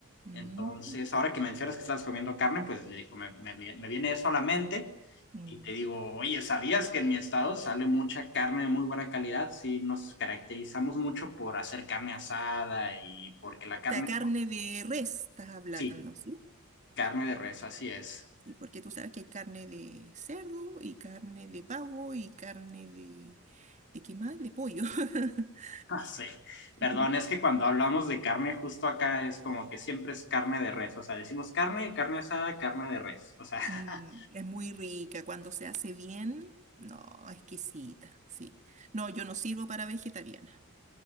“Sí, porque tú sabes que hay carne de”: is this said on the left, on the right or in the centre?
Right